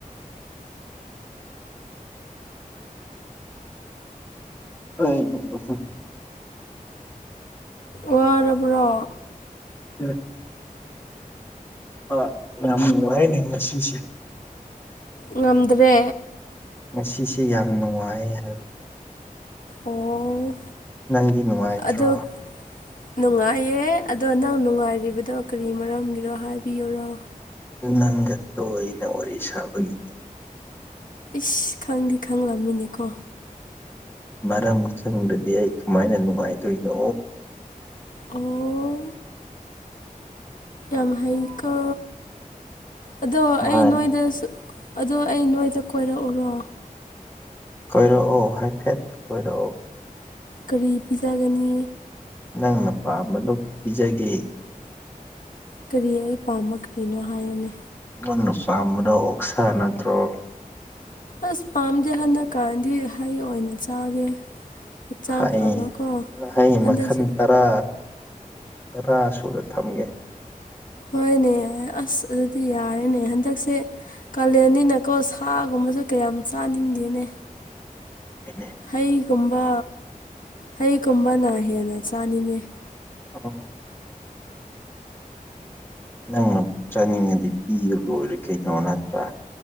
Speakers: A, on the left (about 15°); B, on the left (about 65°).
A: ꯎ ꯎꯝ ꯎ
B: ꯋꯥꯔꯕ꯭ꯔꯣ
A: ꯎꯝ ꯑ ꯌꯥꯝꯅꯨꯡ ꯋꯥꯥꯏꯅꯤꯅ ꯁꯤꯁꯦ
B: ꯉꯝꯗ꯭ꯔꯦ
A: ꯉꯁꯤꯁꯦ ꯌꯥꯝ ꯅꯨꯡꯉꯥꯏ ꯍꯥꯏꯕ
B: ꯑꯣ
A: ꯅꯪꯗꯤ ꯅꯨꯡꯉꯥꯏꯇ꯭ꯔꯣ
B: ꯑꯗꯣ ꯅꯨꯡꯉꯥꯏꯌꯦ ꯑꯗꯣ ꯅꯪ ꯅꯨꯡꯉꯥꯏꯔꯤꯕꯗꯣ ꯀꯔꯤ ꯃꯔꯝꯒꯤꯔꯣ ꯍꯥꯏꯕꯤꯌꯨꯔꯣ
A: ꯅꯪꯒ ꯇꯣꯏꯅ ꯋꯥꯔꯤ ꯁꯥꯕꯒꯤ
B: ꯏꯁ ꯈꯪꯗꯤ ꯈꯪꯂꯝꯃꯤꯅꯦ ꯀꯣ
A: ꯃꯔꯝ ꯈꯪꯗꯔꯗꯤ ꯑꯩ ꯀꯃꯥꯏꯅ ꯅꯨꯡꯉꯥꯏꯗꯣꯏꯅꯣ
B: ꯑꯣ ꯌꯥꯝ ꯍꯩꯀꯣ ꯑꯗꯣ
A: ꯃꯥꯅꯤ
B: ꯑꯩ ꯅꯣꯏꯗꯁꯨ ꯑꯗꯣ ꯑꯩ ꯅꯣꯏꯗ ꯀꯣꯏꯔꯛꯎꯔꯣ
A: ꯀꯣꯏꯔꯛꯑꯣ ꯍꯥꯏꯐꯦꯠ ꯀꯣꯏꯔꯛꯑꯣ
B: ꯀꯔꯤ ꯄꯤꯖꯒꯅꯤ
A: ꯅꯪꯅ ꯄꯥꯝꯕꯗꯣ ꯄꯤꯖꯒꯦ
B: ꯀꯔꯤ ꯑꯩ ꯄꯥꯝꯝꯕ ꯀ꯭ꯔꯤꯅꯣ ꯍꯥꯏꯌꯨꯅꯦ
A: ꯅꯪꯅ ꯄꯥꯝꯕꯗ ꯑꯣꯛꯁꯥ ꯅꯠꯇ꯭ꯔꯣ
B: ꯑꯁ ꯄꯥꯝꯗꯦ ꯍꯟꯗꯛ ꯀꯥꯟꯗꯤ ꯍꯩ ꯑꯣꯏꯅ ꯆꯥꯒꯦ ꯍꯛꯆꯥꯡ
A: ꯍꯩꯏ
B: ꯐꯕꯀꯣ
A: ꯍꯩꯏ
B: ꯍꯟꯗꯛꯁꯦ
A: ꯃꯈꯜ ꯇꯔꯥ ꯇꯔꯥ ꯁꯨꯅ ꯊꯝꯒꯦ
B: ꯍꯣꯏꯅꯦ ꯑꯁ ꯑꯗꯨꯗꯤ ꯌꯥꯔꯦꯅꯦ ꯍꯟꯗꯛꯁꯦ ꯀꯥꯂꯦꯟꯅꯤꯅꯀꯣ ꯁꯥꯒꯨꯝꯕꯁꯨ ꯀꯌꯥꯝ ꯆꯥꯅꯤꯡꯗꯦꯅꯦ
A: ꯑꯅꯦ <inaudible>
B: ꯍꯩꯒꯨꯝꯕ ꯍꯩꯒꯨꯝꯕꯅ ꯍꯦꯟꯅ ꯆꯥꯅꯤꯡꯉꯦ
A: ꯑꯣ ꯅꯪꯅ ꯆꯥꯅꯤꯡꯉꯗꯤ ꯄꯤꯕ ꯂꯣꯏꯔꯦ ꯀꯩꯅꯣ ꯅꯠꯇ꯭ꯔꯥ